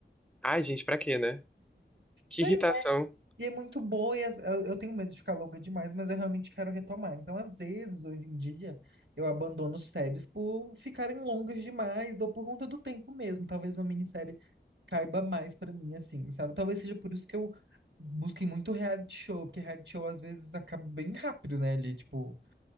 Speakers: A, in the centre; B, on the right.
A: Ai, gente, pra quê, né? Que
B: Pois
A: irritação.
B: é, E é muito boa, e as- eu, eu tenho medo de ficar longa demais, mas eu realmente quero retomar. Então, às vezes, hoje em dia, eu abandono séries por ficarem longas demais, ou por conta do tempo mesmo. Talvez uma minissérie caiba mais pra mim, assim, sabe? Talvez seja por isso que eu busquei muito reality show, porque reality show às vezes acaba bem rápido, né? Ali, tipo,